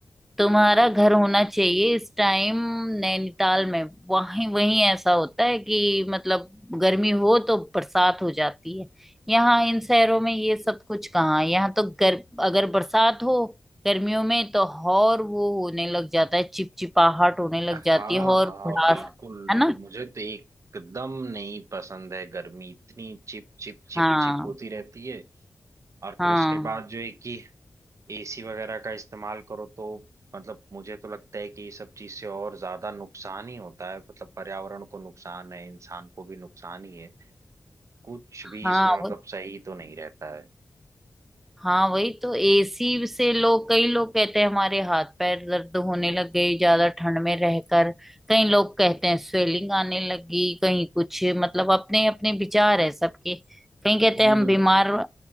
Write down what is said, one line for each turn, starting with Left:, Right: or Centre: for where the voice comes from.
Centre: तुम्हारा घर होना चाहिए इस टाइम नैनीताल में वहीं वहीं ऐसा होता है कि मतलब गर्मी हो तो बरसात हो जाती है यहाँ इन शहरों में ये सब कुछ कहाँ है। यहाँ तो गर अगर बरसात हो गर्मियों में तो और वो होने लग जाता है चिपचिपाहट होने लग
Right: हाँ
Centre: जाती है और
Right: हाँ
Centre: भड़ास
Right: बिल्कुल
Centre: है ना
Right: मुझे तो एकदम नहीं पसंद है गर्मी इतनी चिप चिप चिप
Centre: हाँ
Right: चिप होती रहती है और
Centre: हाँ
Right: फिर उसके बाद जो है कि एसी वगैरह का इस्तेमाल करो तो मतलब मुझे तो लगता है कि ये सब चीज से और ज्यादा नुकसान ही होता है मतलब पर्यावरण को नुकसान है इंसान को भी नुकसान ही है कुछ
Centre: हाँ
Right: भी इसमें मतलब सही तो नहीं रहता है
Centre: हाँ वही तो एसी से लोग कई लोग कहते हैं हमारे हाथ पैर दर्द होने लग गए ज्यादा ठंड में रहकर कई लोग कहते हैं स्वेलिंग आने लगी कहीं कुछ मतलब अपने अपने विचार है सबके कहीं कहते
Right: हम्म
Centre: हैं हम बीमार